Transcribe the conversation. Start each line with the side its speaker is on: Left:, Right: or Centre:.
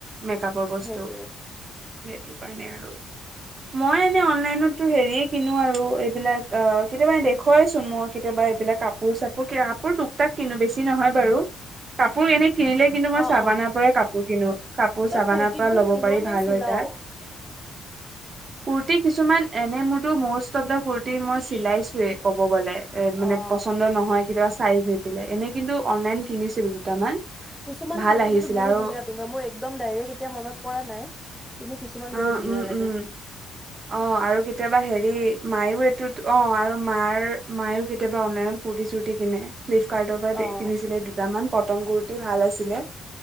Right: মেক-আপৰ বস্তু।
Centre: সেইটোৱে।
Right: সেইটো কাৰণে আৰু। মই এনে অনলাইনতো হেৰিয়ে কিনো আৰু, এইবিলাক অ' কেতিয়াবা দেখুৱাইচোন মই, কেতিয়াবা এইবিলাক কাপোৰ-চা বোৰ কিনা কাপোৰ টুকটাক কিনো। বেছি নহয় বাৰু। কাপোৰ এনে কিনিলে কিন্তু মই
Centre: অ',
Right: চাবানাৰ
Centre: অ'।
Right: পৰাই কাপ বোৰ কিনো। কাপোৰ
Centre: তই
Right: চাবানাৰ
Centre: কুৰ্তিবোৰ
Right: পৰা ল'ব
Centre: কিন
Right: পাৰি। ভাল
Centre: নে চিলাও?
Right: হয় তাত। কুৰ্তি কিছুমান এনে মোৰতো মষ্ট অফ দা কুৰ্তি মই চিলাইছোৱে, ক'ব গ'লে। এ মানে
Centre: অ'
Right: পচন্দ নহয়। কেতিয়াবা চাইজ নিমিলে এনে কিন্তু অনলাইন কিনিছিলো দুটামান
Centre: কিছুমান
Right: ভাল
Centre: কুৰ্তি
Right: আহিছিলে
Centre: কিন্তু বহুত
Right: আৰু
Centre: ধুনীয়া পিন্ধ মোৰ একদম ডাইৰেক্ট এতিয়া মনত পৰা নাই কিন্তু কিছুমান
Right: উম
Centre: বহুত ধুনীয়া
Right: উম
Centre: লাগে।
Right: উম অ আৰু কেতিয়াবা হেৰি মায়ো ত অ আৰু মাৰ মায়ও কেতিয়াবা অনলাইনত কূুৰ্তি চূুৰ্তি কিনে ফ্লিপকাৰ্টৰ
Centre: অ',
Right: পৰা কন্ধিছিলে দুটামান কটন কুুৰ্তি ভাল আছিলে